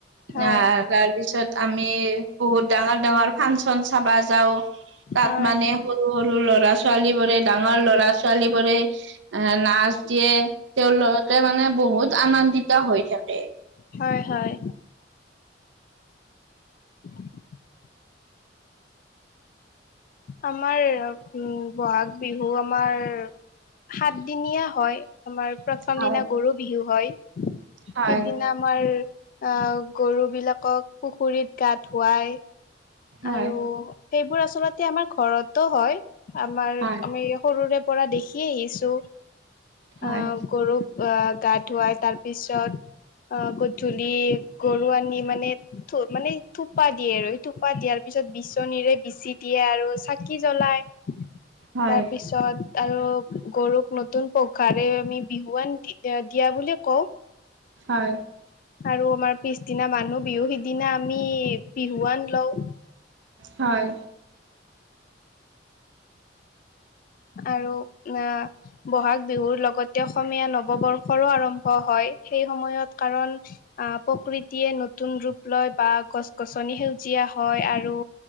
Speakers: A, on the left; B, on the right.
A: হয়
B: আহ তাৰপিছত। আমি বহুত ডাঙৰ ডাঙৰ ফাংচন চাবা যাও তাত
A: হয়
B: মানে- সৰু সৰু লৰা ছোৱালী বোৰে ডাঙৰ লৰা ছোৱালী বোৰে- এ নাচ দিয়ে তেওঁলোকে মানে বহুত আনন্দিত হৈ থাকে।
A: হয় হয়। <inaudible> আমাৰ উম বহাগ বিহু আমাৰ সাতদিনীয়া হয় আমাৰ প্ৰথম
B: হয়
A: দিনা গৰু বিহু হয়,
B: হয়
A: সিদিনা আমাৰ আ গৰু বিলাকক পুখুৰীত গা ধুৱাই।
B: হয়
A: আৰু সেইবোৰ আচলতে আমাৰ ঘৰতো হয় আমাৰ
B: হয়
A: আমি সৰুৰে পৰা দেখি আহিছো।
B: হয়
A: আহ গৰুক আহ গা ধুৱাই তাৰ পিছত আহ গধূলি গৰু আনি মানে থো মানে থোপা দিয়ে আৰু থোপা দিয়াৰ পিছত বিচনীৰে বিচি দিয়ে আৰু চাকি জ্বলাই
B: হয়
A: তাৰ পিছত আৰু গৰুক নতুন পঘাৰে আমি বিহুৱান দি দিয়া বুলি কওঁ।
B: হয়।
A: আৰু আমাৰ পিছদিনা মানুহ বিহু সিদিনা আমি বিহুৱান লও।
B: হয়।
A: আৰু আ বহাগ বিহুৰ লগতে অসমীয়া নৱবৰ্ষৰো আৰম্ভ হয়, সেই সময়ত কাৰণ আহ প্ৰকৃতিয়ে নতুন ৰূপ লয় বা গছ গছনি সেউজীয়া হয় আৰু